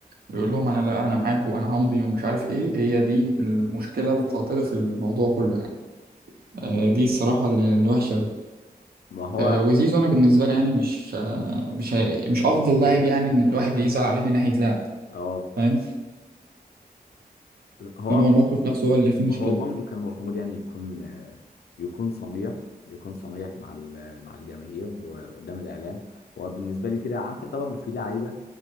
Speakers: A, on the right (about 70°); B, on the left (about 75°).
A: ويقول لهم أنا لا أنا معاكم وأنا همضي ومش عارف إيه هي دي المشكلة القاتلة في الموضوع كله يعني آه دي الصراحة ال- الوحشة أوي
B: ما هو
A: آه وزيزو أنا بالنسبة لي يعني مش آه مش هي- مش أفضل لاعب يعني إن الواحد يزعل عليه من ناحية لعب
B: اه
A: فاهم
B: هو
A: إنما هو الموقف نفسه هو اللي فيه مشكلة
B: هو برضه كان المفروض يعني يكون آه، يكون صريح يكون صريح مع ال- مع الجماهير وقدام الاعلام هو بالنسبه لي كده عارف انت برضه في لعيبه